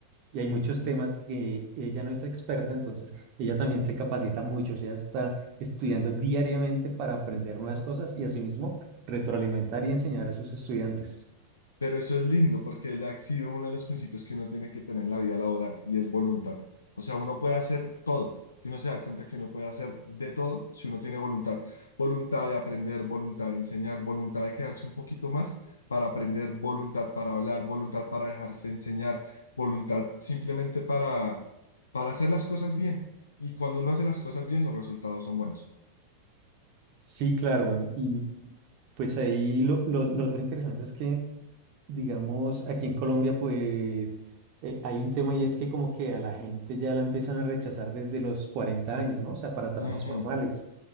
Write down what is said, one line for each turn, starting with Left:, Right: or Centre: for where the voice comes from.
Right: y hay muchos temas que ella no es experta, entonces ella también se capacita mucho, o sea, está estudiando diariamente para aprender nuevas cosas y asimismo retroalimentar y enseñar a sus estudiantes.
Left: Pero eso es lindo porque ya ha sido uno de los principios que uno tiene que tener en la vida laboral y es voluntad. O sea, uno puede hacer todo y uno se da cuenta que uno puede hacer de todo si uno tiene voluntad. Voluntad de aprender, voluntad de enseñar, voluntad de quedarse un poquito más para aprender, voluntad para hablar, voluntad para dejarse enseñar, voluntad simplemente para, para hacer las cosas bien. Y cuando uno hace las cosas bien, los resultados son buenos.
Right: Sí, claro, em, y pues ahí lo, lo, lo otro interesante es que, digamos, aquí en Colombia, pues eh, hay un tema y es que como que a la gente ya la empiezan a rechazar desde los 40 años, ¿no? O sea, para trabajos
Left: Ujú,
Right: formales.